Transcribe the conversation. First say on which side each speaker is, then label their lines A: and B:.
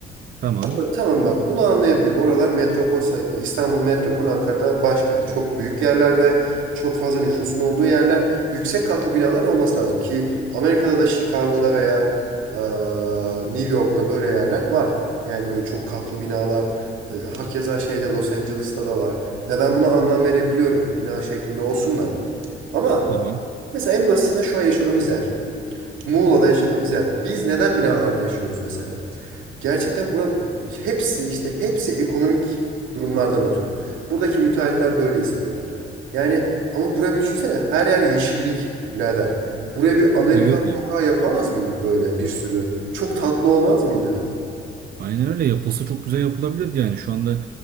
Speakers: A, on the right; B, on the right.
A: Tamam.
B: Ama tamam bak bunu anlayabilirim. Oralar metropol, say- İstanbul metropol, Ankara'da başkent. Çok büyük yerler ve çok fazla nüfusun olduğu yerler. Yüksek katlı binalar olması lazım ki Amerika'da da Chicago'da veya eee, New York'ta böyle yerler var. Yani böyle çok katlı binalar. eee, Hakeza şeyde Los Angeles'ta da var. Ve ben buna anlam verebiliyorum. Bina şeklinde olsunlar. Ama
A: Tamam.
B: Mesela en basitinden şu an yaşadığımız yer. Muğla'da yaşadığımız yer. Biz neden binalarda yaşıyoruz mesela? Gerçekten bura hepsi işte hepsi ekonomik durumlardan ötürü. Buradaki müteahhitler böyle istiyorlar. Yani ama buraya bir düşünsene her yer yeşillik birader. Buraya bir Amerikan
A: Ya yok yani.
B: sokağı yapamaz mıydık böyle bir sürü? Çok tatlı olmaz mıydı?
A: Aynen öyle yapılsa çok güzel yapılabilirdi yani şu anda